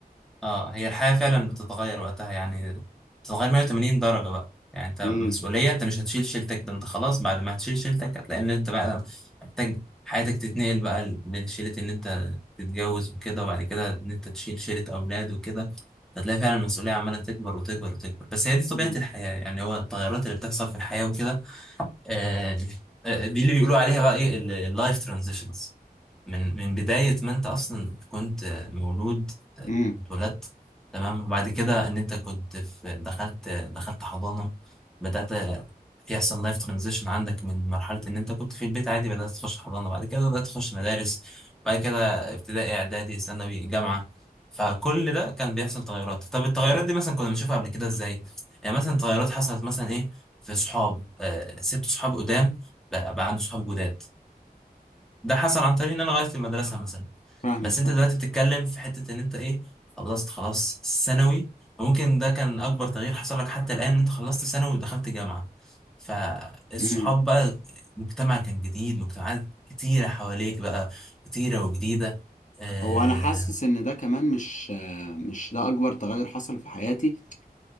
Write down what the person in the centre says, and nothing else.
اه هي الحياة فعلا بتتغير وقتها يعني بتتغير 180 درجة بقى يعني انت مسؤولية
انت مش هتشيل شيلتك ده انت خلاص بعد ما هتشيل شيلتك هتلاقي ان انت بقى محتاج حياتك تتنقل بقى لشيلة ان انت تتجوز وكده وبعد كده ان انت تشيل شيلة اولاد وكده هتلاقي فعلا المسؤولية عمالة تكبر وتكبر وتكبر بس هي دي طبيعة
الحياة يعني هو التغيرات اللي بتحصل في الحياة وكده آه آه، دي اللي بيقولوا عليها بقى ايه اللايف ترانزيشنز من من بداية ما انت اصلا كنت مولود آه،
اتولدت تمام وبعد كده ان انت كنت في دخلت دخلت حضانة بدأت يحصل لايف ترانزيشن عندك من مرحلة ان انت كنت في البيت عادي بدأت تخش حضانة بعد كده بدأت تخش مدارس بعد كده ابتدائي اعدادي ثانوي جامعة فكل ده كان بيحصل تغيرات طب التغيرات دي مثلا كنا بنشوفها قبل كده ازاي يعني مثلا تغيرات حصلت مثلا ايه في صحاب آه، سبت صحاب قدام بقى بقى عندي صحاب جداد ده حصل عن طريق ان انا غيرت المدرسه مثلا
بس
انت دلوقتي بتتكلم في حته ان انت ايه خلصت خلاص ثانوي وممكن ده كان اكبر تغيير حصل لك حتى الان انت خلصت ثانوي ودخلت جامعه فالصحاب
بقى مجتمع كان جديد مجتمعات كتيره حواليك بقى كتيره وجديده اه